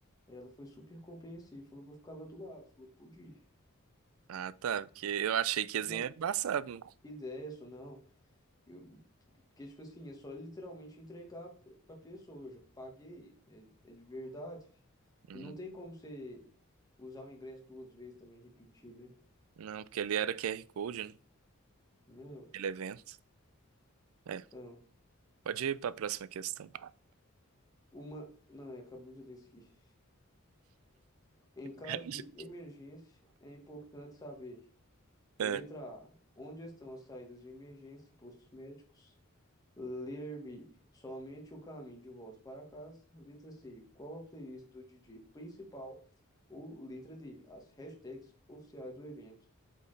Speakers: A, on the left (about 15°); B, on the right (about 70°).
A: Ela foi super compreensiva, falou, vou ficar lá do lado. Falou, pode ir.
B: Ah, tá. Porque eu achei que esse
A: Não,
B: é embaçado.
A: ideia só não. Eu, porque, tipo assim, é só literalmente entregar p- pra pessoa. Eu já paguei, é, é de verdade. fi.
B: Hum,
A: E não tem como você usar o ingresso duas vezes também e repetir, né?
B: Não, porque ele era Q R. Code, né?
A: Não,
B: Ele é evento. É.
A: então,
B: Pode ir para a próxima questão.
A: uma. Não, acabou de ler isso aqui. Em caso
B: <laughs>
A: de emergência, é importante saber. Letra
B: É,
A: A. Onde estão as saídas de emergência e postos médicos? Letra B. Somente o caminho de volta para casa. Letra C. Qual a playlist do DJ principal? Ou letra D. As hashtags oficiais do evento.